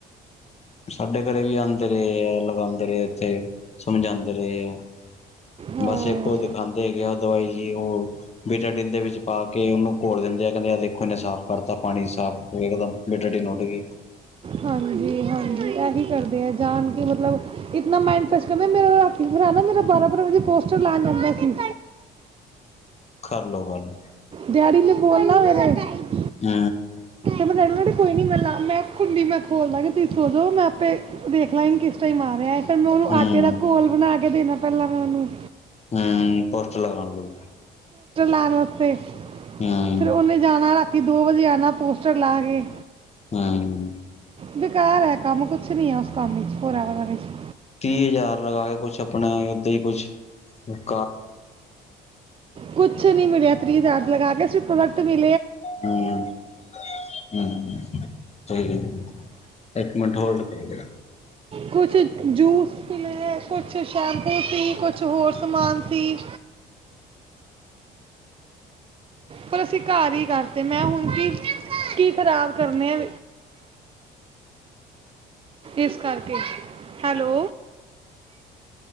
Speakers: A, on the left (about 35°); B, on the right (about 30°).
A: ਸਾਡੇ ਘਰੇ ਵੀ ਆਉਂਦੇ ਰਹੇ ਆ ਲਗਾਉਂਦੇ ਰਹੇ ਇੱਥੇ ਸਮਝਾਦੇ ਰਹੇ ਆ,
B: ਹਾਂ
A: ਬਸ ਇੱਕੋ ਦਿਖਾਦੇ ਹੈਗੇ ਆ ਦਵਾਈ ਜੀ ਉਹ ਬੀਟਾ ਜਿੱਥੇ ਵਿੱਚ ਪਾ ਕੇ ਉਹਨੂੰ ਘੋਲ ਦਿੰਦੇ ਆ ਕਹਿੰਦੇ ਆ ਦੇਖੋ ਇਹਨੇ ਸਾਫ਼ ਕਰਤਾ ਪਾਣੀ ਸਾਫ਼ ਹੋ ਗਿਆ ਇੱਕਦਮ ਬੀਟਾਡੀਨ ਉੱਡ ਗਈ।
B: ਹਾਂਜੀ ਹਾਂਜੀ ਇਹੀ ਕਰਦੇ ਆ ਜਾਣ ਕੇ ਮਤਲਬ ਇਤਨਾ ਮਾਈਡ ਫਰੈਸ਼ ਕਰਦੇ ਹਾਂ ਮੇਰਾ ਫੀਵਰ ਨਾ ਮੇਰਾ ਭਰਾ ਰਾਤੀ ਬਾਰਾਂ-ਬਾਰਾਂ ਵਜੇ ਪੋਸਟਰ ਲਾਣ ਜਾਂਦਾ ਸੀ।
A: ਕਰ ਲੋ ਗੱਲ
B: ਡੈਡੀ ਨੇ ਬੋਲਣਾ ਵੇ। ਤੇ।
A: ਹੂੰ।
B: ਮੈਂ ਡੈਡੀ ਨੂੰ ਕਹਿੰਦੀ, ਕੋਈ ਨੀ ਮੈਂ ਮੈਂ ਕੁੰਡੀ ਮੈਂ ਖੋਲਦਾਗੀ ਤੁਸੀਂ ਸੋਜੋ ਮੈਂ ਆਪੇ ਦੇਖ ਲਾਂਗੀ ਕਿਸ ਟਾਈਮ ਆ ਰਿਹਾ ਹੈ? ਫਿਰ ਮੈਂ ਉਹਨੂੰ
A: ਹੂੰ
B: ਆਟੇ ਦਾ ਘੋਲ ਬਣਾ ਕੇ ਦੇਣਾ? ਕਰਲਾ ਮੈਂ ਉਹਨੂੰ।
A: ਹੂੰ ਪੋਸਟਰ ਲਗਾਣ ਲਈ।
B: ਘਰ ਵਾਸਤੇ।
A: ਹੂੰ
B: ਫੇਰ ਉਹਨੇ ਜਾਣਾ। ਰਾਤੀ ਦੋ ਵਜੇ ਆਣਾ ਪੋਸਟਰ ਲਾ ਕੇ।
A: ਹੂੰ।
B: ਬੇਕਾਰ ਹੈ, ਕੰਮ ਕੁਛ ਨੀ ਹੈ ਉਸ ਕੰਮ ਵਿੱਚ ਫੋਰ ਐਵਰ ਵਾਲੇ 'ਚ।
A: ਤੀਹ ਹਜ਼ਾਰ ਲਗਾ ਕੇ ਕੁਛ ਆਪਣੇ ਓਦਾਂ ਈ ਕੁੱਛ <unintelligible>
B: ਕੁੱਛ ਨੀ ਮਿਲਿਆ ਤਰੀ ਹਜ਼ਾਰ ਲਗਾ ਕੇ। ਪ੍ਰੋਡਕਟ ਵੇਚ
A: ਹੂੰ-ਹੂੰ ਸਈ ਏ। ਇੱਕ ਮਿੰਟ ਹੋਲਡ ਕਰੋ ਜ਼ਰਾ
B: ਕੁੱਛ ਜੂਸ ਲੈ ਕੁੱ ਛ ਸ਼ੈੈਂਪੂ ਸੀ ਕੁ ਕੁੱਛ ਹੋਰ ਸਮਾਨ ਸੀ। ਪਰ ਅਸੀਂ ਘਰ ਈ ਕਰਤੇ ਮੈਂ ਹੁਣ ਕੀ-ਕੀ ਖ਼ਰਾਬ ਕਰਨੇ ਆ ਇਸ ਕਰਕੇ, hello.